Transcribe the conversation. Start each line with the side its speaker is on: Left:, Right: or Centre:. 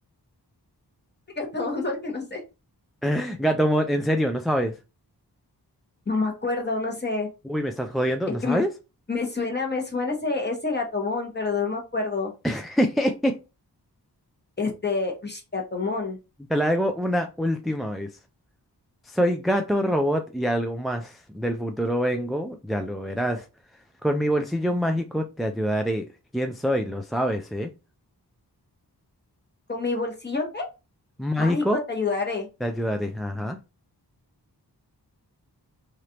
Left: <laughs> gatomón, porque no sé.
Centre: <laughs> Gatomon, en serio, ¿no sabes?
Left: No me acuerdo, no sé.
Centre: Uy, ¿me estás jodiendo?
Left: Es
Centre: ¿No
Left: que
Centre: sabes?
Left: me, me suena, me suena ese, ese gatomón, pero no me acuerdo.
Centre: <laughs>
Left: Este, uy, gatomón.
Centre: Te la hago una última vez. Soy gato, robot y algo más. Del futuro vengo, ya lo verás. Con mi bolsillo mágico te ayudaré. ¿Quién soy? Lo sabes, ¿eh?
Left: Con mi bolsillo
Centre: Mágico,
Left: Mágico, te ayudaré.
Centre: te ayudaré. Ajá.